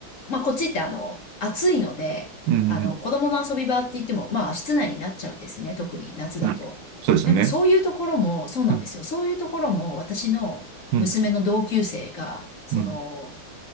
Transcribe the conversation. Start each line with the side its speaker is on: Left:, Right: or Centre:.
Left: う、まあ、こっちってあの、暑いので、
Right: うん、うん。
Left: あの、子供の遊び場って言っても、まあ、室内になっちゃうんですね。特に夏だと。
Right: うんそうですよね。
Left: なんかそういうところも、そうなんですよ。
Right: うん、
Left: そういうところも、私の娘の同級生が、
Right: うん、
Left: その、
Right: うん。